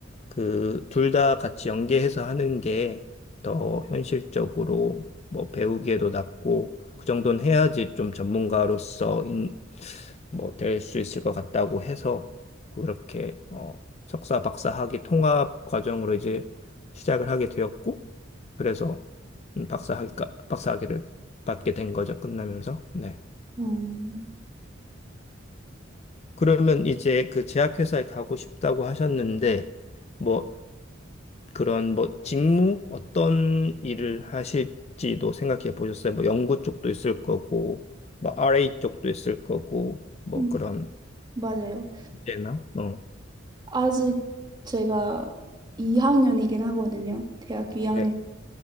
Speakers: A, on the left; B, on the right.
A: 그 둘 다 같이 연계해서 하는 게 더 현실적으로 뭐 배우기에도 낫고 그 정도는 해야지 좀 전문가로서 뭐 될 수 있을 것 같다고 해서 그렇게 어, 석사 박사 학위 통합 과정으로 이제 시작을 하게 되었고 그래서 음, 박사 학위가 박사 학위를 받게 된 거죠. 끝나면서. 네.
B: 음.
A: 그러면 이제 그 제약회사에 가고 싶다고 하셨는데 뭐 그런 뭐 직무 어떤 일을 하실지도 생각해 보셨어요? 뭐 연구 쪽도 있을 거고 뭐 RA 쪽도 있을 거고 뭐
B: 음,
A: 그런
B: 맞아요.
A: 제나 어.
B: 아직 제가 2학년이긴 하거든요. 대학 2학년이라
A: 네.